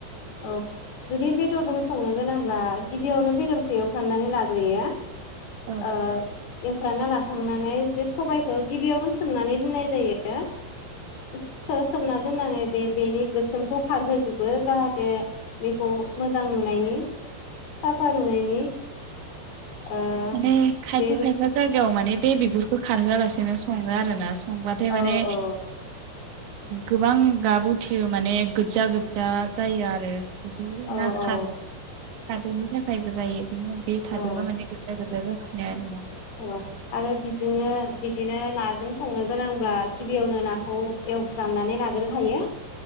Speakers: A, on the left (about 60°); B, on the right (about 80°).
A: औ जुदि बेदरदोन संनो गोनांब्ला गिबियावनो बेदरखो एव खांनानै लाग्रोयो
B: औ
A: ओ एवफ्रामना लाखांनानै जे सबाइखो गिबियावनो स सोमनानै दोननाय जायो। सो-सो-सोमना दोननानै बे बेनि गोसोमखौ खारहोजोबो जाहाथे बेखौ मोजां नुनायनि साफा नुनायनि। ओ
B: माने खायफा
A: बे
B: खायफा जायगायाव माने बे बिगुरखौ खारहोआलासेनो सङो आरो ना। खंबाथाय माने।
A: औ औ
B: गोबां गाबुथेयो माने गोजा गोजा जायो आरो। बिदिनो
A: औ
B: ना खार।
A: औ
B: खादैनि थाखायबो जायो। बिदिनो बे थादेरबा
A: औ
B: माने <unintelligible> आरोना
A: औ आरो बिजोंनो बिदिनो नाजों संनो। गोनांब्ला गिबियावनो नाखौ एवफ्रामनानै लाग्रो हायो